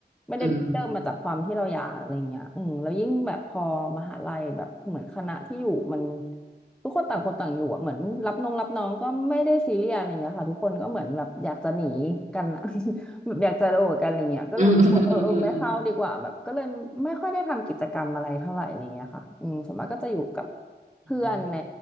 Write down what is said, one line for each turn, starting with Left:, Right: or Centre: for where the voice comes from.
Centre: ไม่ได้เริ่มมาจากความที่เราอยากอะไรอย่างเงี้ยอืมแล้วยิ่งแบบพอมหาลัยแบบเหมือนคณะที่อยู่มัน
Right: อืม
Centre: ทุกคนต่างคนต่างอยู่อะเหมือนรับน้องรับน้องก็ไม่ได้ซีเรียสอะไรเงี้ยค่ะทุกคนก็เหมือนแบบอยากจะหนีกันอะ <laughs> แบบอยากจะโดดกันอะไรเงี้ยก็เลยรู้สึกว่าเออเออไม่เข้าดีกว่าแบบก็เลยไม่ค่อยได้ทำกิจกรรมอะไรเท่าไหร่อะไรเงี้ยค่ะอืมส่วนมากก็จะอยู่กับ
Right: อืม <laughs> อืมอืมอืม
Centre: เพื่อนใน
Right: อืม